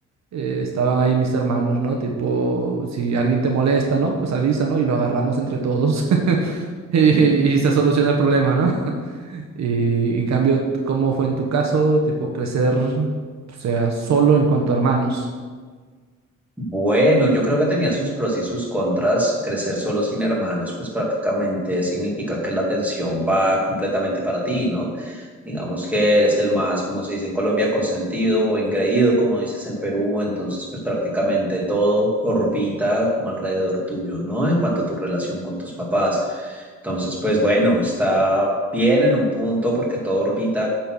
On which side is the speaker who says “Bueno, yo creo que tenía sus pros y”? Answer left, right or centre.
Centre